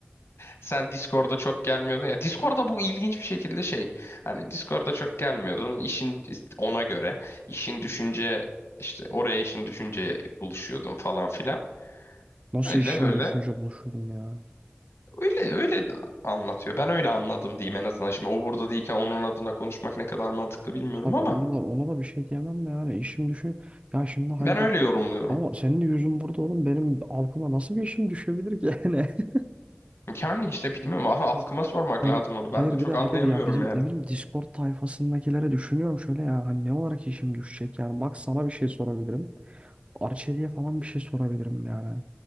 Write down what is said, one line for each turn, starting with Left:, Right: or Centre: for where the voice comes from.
Left: sen Discord'a çok gelmiyordun ya. Discord'a bu ilginç bir şekilde şey. Hani Discord'a çok gelmiyordun. İşin ona göre işin düşünce işte oraya işin düşünceye buluşuyordun falan filan.
Right: nasıl
Left: Öyle
Right: işim
Left: öyle.
Right: düşünce buluşurdum ya.
Left: Öyle öyle de anlatıyor. Ben öyle anladım diyeyim en azından. Şimdi o burada değilken onun adına konuşmak ne kadar mantıklı bilmiyorum
Right: Tabii
Left: ama
Right: onu da ona da bir şey diyemem de yani işim düşün. Ya şimdi hani
Left: ben
Right: bak
Left: öyle yorumluyorum.
Right: ama senin de yüzün burada oğlum benim algıma nasıl bir işim düşebilir ki yani. <laughs>
Left: Yani işte bilmiyorum <laughs> halkıma sormak
Right: Hani
Left: lazım onu.
Right: hayır
Left: Ben de çok
Right: bir de
Left: anlayamıyorum
Right: hele bir ya bizim
Left: yani.
Right: ne bileyim Discord tayfasındakilere düşünüyorum şöyle ya hani ne olarak işim düşecek yani bak sana bir şey sorabilirim. Arçelik'e falan bir şey sorabilirim yani.